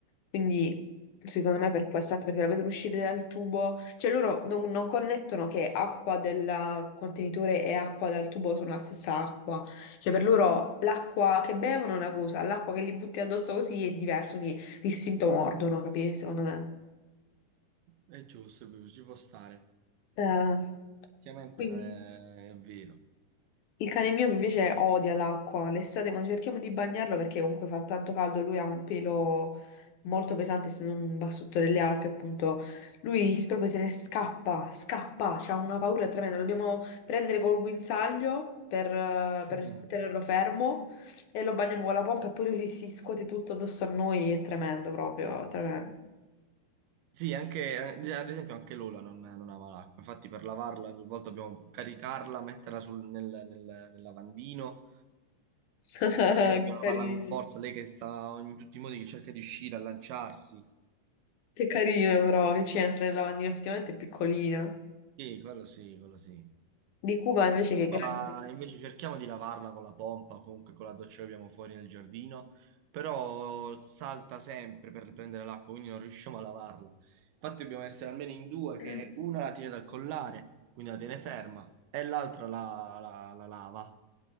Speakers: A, on the left; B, on the right.
A: Quindi, secondo me, per questo, anche perché la vedono uscire dal tubo, cioè loro non, non connettono che acqua del contenitore e acqua dal tubo sono la stessa acqua. Cioè, per loro l'acqua che bevono è una cosa, l'acqua che gli butti addosso così è diverso, quindi distinto mordono, capisci? Secondo me.
B: È giusto, è giusto, ci può stare.
A: Eh,
B: Ovviamente
A: quindi
B: non è è vero.
A: Il cane mio invece odia l'acqua. L'estate quando cerchiamo di bagnarlo perché comunque fa tanto caldo, lui ha un pelo molto pesante, essendo un bassotto delle Alpi, appunto. Lui s- proprio se ne scappa, scappa, c'ha una paura tremenda. Lo dobbiamo prendere col guinzaglio per, eh,
B: <laughs>
A: per tenerlo fermo e lo bagniamo con la pompa e poi lui si si scuote tutto addosso a noi. È tremendo proprio, tremendo.
B: Sì, anche, eh, ad esempio anche Lola non, non ama l'acqua, infatti per lavarla ogni volta dobbiamo caricarla, metterla sul- nel, nel- nel lavandino
A: <laughs>
B: e dobbiamo
A: Che carino,
B: lavarla con forza, lei che sta in tutti i modi che cerca di uscire, a lanciarsi.
A: che carino però che ci entra nel lavandino, effettivamente è piccolina.
B: Sì, quello sì, quello sì.
A: Di Cuba invece
B: Cuba
A: che è grande.
B: invece cerchiamo di lavarla con la pompa, comunque con la doccia che abbiamo fuori nel giardino, però salta sempre per prendere l'acqua, quindi non riusciamo a lavarla. Infatti dobbiamo essere almeno in due,
A: Eh,
B: che una la tiene dal collare, quindi la tiene ferma, e l'altra la, la- la lava.